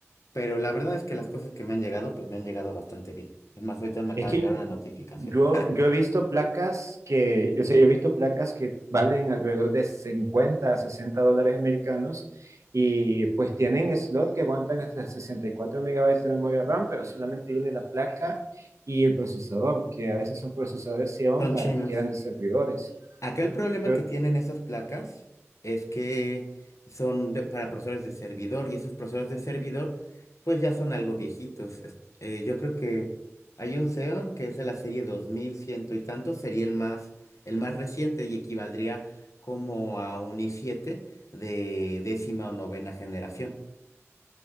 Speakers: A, on the left; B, on the right.
A: pero la verdad es que las cosas que me han llegado, pues me han llegado bastante bien. Es más, ahorita me acaba
B: Es que
A: de llegar una notificación.
B: yo,
A: <laughs>
B: yo he visto placas que, yo sé, yo he visto placas que valen alrededor de 50 a 60 dólares americanos y pues tienen slot que aguantan hasta 64 megabytes de memoria RAM, pero solamente viene la placa y el procesador, que a veces son procesadores Xeon
A: Son
B: para,
A: chinos.
B: que eran de servidores.
A: Acá el problema
B: Pero
A: que tienen esas placas es que son de, para procesadores de servidor y esos procesadores de servidor pues ya son algo viejitos. Est- eh, yo creo que hay un Xeon que es de la serie 2100 y tanto, sería el más, el más reciente y equivaldría como a un i siete de décima o novena generación.